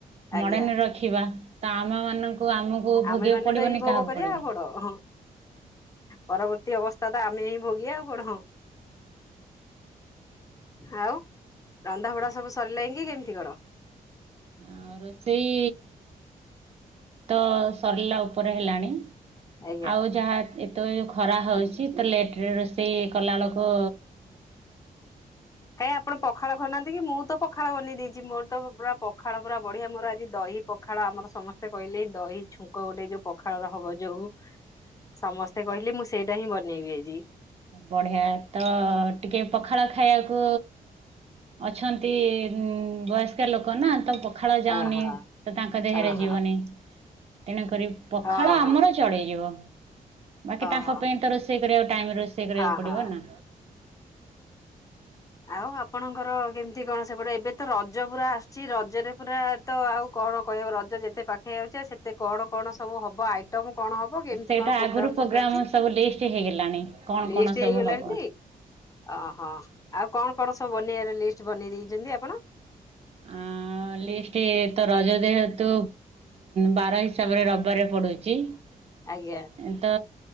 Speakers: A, on the left; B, on the right.
A: ଆଜ୍ଞା
B: ମଡେନ୍ ରଖ୍ ରଖିବା ତ ଆମ ମାନଙ୍କୁ ଆମକୁ ଭୋଗିବାକୁ
A: ଆମେ ମାନେ
B: ପଡିବନି
A: ତ ଏଇ ଭୋଗ
B: କାହାକୁ
A: କରିବା
B: ପଡିବ।
A: ଆଉ କଣ ହଁ। ପରବର୍ତ୍ତୀ ଅବସ୍ଥା ତ ଆମେ ହିଁ ଭୋଗି ଆଉ କଣ ହ। ଆଉ ରନ୍ଧାବଢା ସବୁ ସରିଲାଣି କି କେମିତି କଣ?
B: ଆଉ ରୋଷେଇ ତ ସରିଲା ଉପରେ ହେଲାଣି
A: ଆଜ୍ଞା
B: ଆଉ ଯାହା ଏତେ ଯୋରେ ଖରା ହେଉଛି ତ ଲେଟରେ ସେଇ କଲାବେଳକୁ
A: କାହିଁ ଆପଣ ପଖାଳ ବ ଖାଉନାହାନ୍ତି କି ମୁଁ ତ ପଖାଳ ବନେଇ ଦେଇଛି ମୋର ତ ପୁରା ପଖାଳ ପୁରା ବଢିଆ ମୋର ଆଜି ଦହିପ ପଖାଳ ଆମର ସମସ୍ତେ କହିଲେ ଦହି ଛୁଙ୍କ ଗୋଟେ ଯୋଉ ପଖାଳର ହବ ଯୋଉ ସମସ୍ତେ କହିଲେ ମୁଁ ସେଇଟା ହିଁ ବନେଇବି ଆଜି।
B: ବଢିଆ ତ ଟିକେ ପଖାଳ ଖାଇବାକୁ ଅଛନ୍ତି। ଉଁ ବୟସ୍କା ଲୋକ ନା ତ ପ ପଖାଳ ଯାଉନି
A: ଅହ
B: ତ ତାଙ୍କ ଦେହରେ
A: ଅହ
B: ଯିବନି ତେଣୁକରି ପଖାଳ
A: ହଁ ହଁ
B: ଆମର ଚଳିଯିବ ବାକି
A: ଅହ
B: ତାଙ୍କ ପାଇଁ ତ ରୋଷେଇ କରିବାକୁ ଟାଇମରେ ରୋଷେଇ କରିବାକୁ
A: ହଁ
B: ପଡିବ
A: ହଁ
B: ନା।
A: ଆଉ ଆପଣଙ୍କର କେମିତି କଣ ସେପଟେ ଏବେ ତ ରଜ ପୁରା ଆସୁଛି ରଜରେ ପୁରା ତ ଆଉ କଣ କହିବ ରଜ ଯେତେ ପାଖେଇ ଯାଉଛେ ସେତେ କଣ କଣ ସବୁ ହବ ଆଇଟମ କଣ ହବ? ହ କେମିତି
B: ସେଇଟା
A: କଣ ପ୍ରୋଗ୍ରାମ
B: ଆଗରୁ ପ୍ରୋଗ୍ରାମ୍
A: ସବୁ ଚାଲିଛି
B: ସବୁ ଲିଷ୍ଟ ହେଇଗଲାଣି କ'ଣ
A: ଲିଷ୍ଟ
B: କ'ଣ ସବୁ
A: ହେଇଗଲାଣି।
B: ହବ
A: ଓହୋ ଆଉ କଣ କଣ ସବୁ ବନେଇବାର ଲିଷ୍ଟ ବନେଇ ଦେଇେଇଛନ୍ତି ଆପଣ?
B: ଆଁ! ଲିଷ୍ଟ ତ ରଜ ଯେହେତୁ ବାର ହିସାବରେ ରବିବାରିଆ ପଡୁଛି।
A: ଆଜ୍ଞା।
B: ଏ ତ